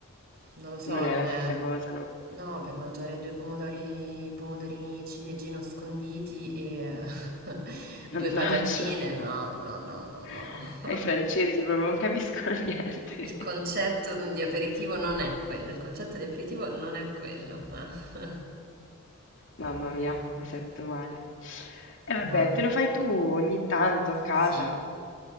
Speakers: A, on the right (about 45°); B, on the left (about 55°).
A: non lo so,
B: non è
A: non
B: la
A: è...
B: stessa cosa, no?
A: No, per mangiare due pomodori, pomodorini ciliegino sconditi e <laughs>
B: Mannaggia.
A: due patatine, no, no, no,
B: <laughs>
A: no, no.
B: ai francesi proprio non capiscono <laughs> niente.
A: Il concetto di aperitivo non è quello, il concetto di aperitivo non è quello, eh.
B: Mamma
A: Non
B: mia,
A: è...
B: mi sento male. E vabbè,
A: No.
B: te lo fai tu ogni tanto a casa.
A: Sì.